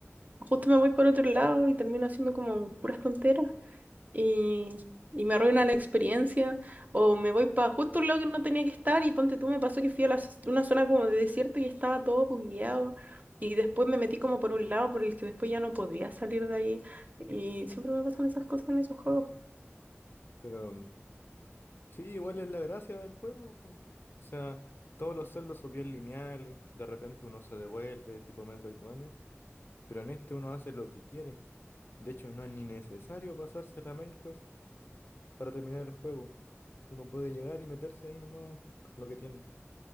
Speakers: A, on the right; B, on the left.
A: justo me voy por otro lado y termino haciendo como puras tonteras y, y me arruina la experiencia o me voy para justo un lado que no tenía que estar y ponte tú, me pasó que fui a la z- una zona como de desierto y estaba todo bugueado y después me metí como por un lado por el que después ya no podía salir de ahí y siempre me pasan esas cosas en esos juegos.
B: Pero mm, sí, igual es la gracia del juego, po. O sea, todos los celdos son bien lineales, de repente uno se devuelve, tipo Metroidvania. Pero en este uno hace lo que quiere. De hecho, no es ni necesario pasarse la main quest para terminar el juego. Uno puede llegar y meterse ahí nomás con lo que tiene.